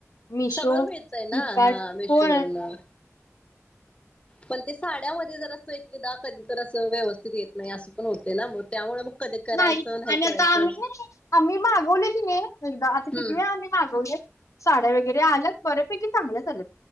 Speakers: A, on the left; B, on the left.
A: मिशो
B: सगळं मिळतय
A: फ्लिपकार्ट
B: ना हा मेशोवरन
A: हो,
B: पण ते साड्यामध्ये जर असं एकदा कधीत असं व्यवस्थित येत नाही असं पण होते ना मग त्यामुळे मग. कधी करायचं
A: नाही आणि
B: करायचं
A: आता आम्ही. आम्ही मागवले कि, नाही एकदा आता
B: हम्म
A: किती आम्ही मागवले साड्या वगैरे आल्या. बऱ्यापैकी चांगल्यात आल्यात.